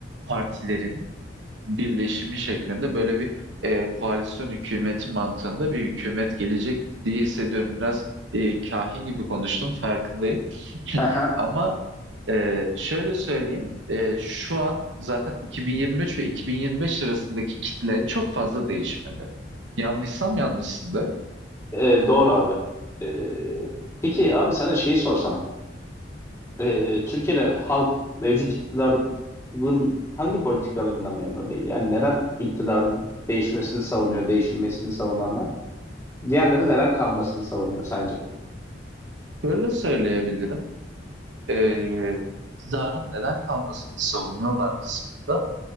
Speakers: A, on the right; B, on the left.
A: partilerin birleşimi şeklinde böyle bir e, koalisyon hükümeti mantığında bir hükümet gelecek diye hissediyorum. Biraz e, kahin gibi konuştum farkındayım. <laughs>
B: Hı hı.
A: Ama e, şöyle söyleyeyim e, şu an zaten 2023 ve 2025 arasındaki kitle çok fazla değişmedi. Yanlışsam yanlışsın
B: E, doğru abi. E, Peki abi sana şeyi sorsam. e, Türkiye'de halk mevcut iktidarın hangi politikalarından memnun değil? Yani neden iktidarın değişmesini savunuyor, Değişmesini savunanlar? Diğerleri neden kalmasını savunuyor sence?
A: Böyle söyleyebilirim. e, iktidarın neden kalmasını savunuyorlar kısmında